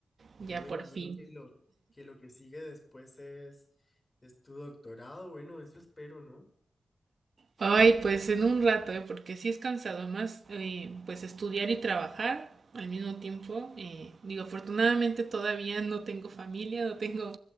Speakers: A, on the left; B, on the right.
A: Yo
B: ya
A: me
B: por
A: imagino
B: fin.
A: que lo, que lo que sigue después es, es tu doctorado. Bueno, eso espero, ¿no?
B: Ay, pues en un rato, ¿eh? porque sí es cansado más, eh, pues estudiar y trabajar al mismo tiempo. eh, digo, afortunadamente todavía no tengo familia, no tengo